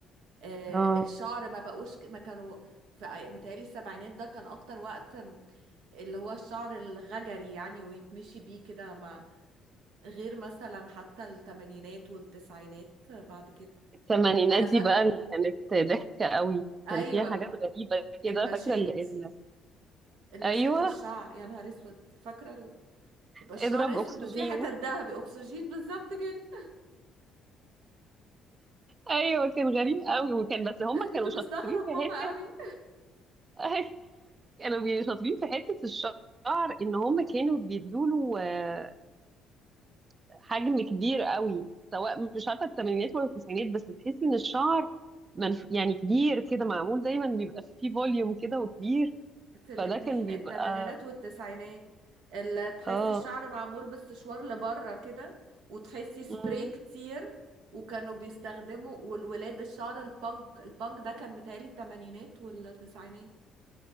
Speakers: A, on the right; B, on the right.
A: آه،
B: اه
A: الشعر ما بقوش ك- ما كانوا ف- آه، متهيألي السبعينات ده كان أكتر وقت م- اللي هو الشعر الغجري يعني ويتمشي بيه كده ما غير مثلا حتى التمانينات والتسعينات بعد كده
B: الثمانينات
A: أنا
B: دي
A: فاكرة
B: بقى اللي كانت ضحكه قوي
A: أيوة
B: كان فيها حاجات غريبه كده
A: المشات
B: فاكره ال... ال...
A: المشات
B: ايوه
A: في الشعر يا نهار اسود فاكره ال- يبقى الشعر
B: اضرب
A: اسود
B: اكسجين
A: وفي حتت ذهبي اكسجين بالظبط كده
B: ايوه كان غريب قوي وكان بس هم
A: انا كنت
B: كانوا
A: بستغرب
B: شاطرين في
A: ماما
B: حته
A: قوي
B: <laughs> كانوا بي- شاطرين في حتة الشعر ان هم كانوا بيدوله آه، حجم كبير قوي سواء مش عارفة الثمانينات ولا التسعينات بس تحسي ان الشعر منف... يعني كبير كده معمول دايما بيبقى فيه فوليوم كده وكبير
A: في الاتنين
B: فده كان بيبقى
A: التمانينات والتسعينات اللي تحسي
B: اه
A: الشعر معمول بالسشوار لبره كده وتحسي سبراي
B: مم.
A: كتير وكانوا بيستخدموا والولاد الشعر البانك البانك ده كان متهيألي التمانينات والتسعينات